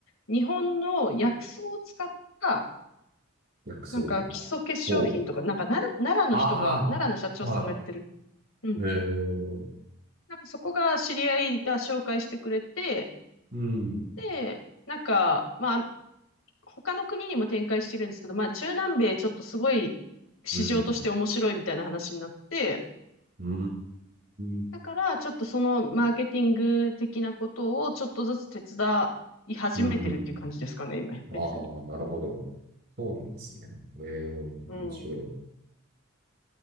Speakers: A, on the left; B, on the right.
A: 日本の薬草を使った
B: 薬草。
A: なんか基礎化粧品とか、
B: ほう。
A: なんかなる奈良の人が、
B: ああ、
A: 奈良の社長さんがやってる。
B: は
A: うん。
B: い。へえ。
A: なんかそこが知り合いが紹介してくれて、
B: うん。
A: で、なんか、まあ、他の国にも展開してるんですけど、まあ、中南米ちょっとすごい市場として面白いみたいな話になって、
B: うん。うーん。
A: だからちょっとそのマーケティング的なことをちょっとずつ手伝い始めてるっていう感じですかね、
B: うんうん。
A: 今、
B: ああ、
A: 別に。
B: なるほど。そうなんですね。ええ、面白い。
A: うん、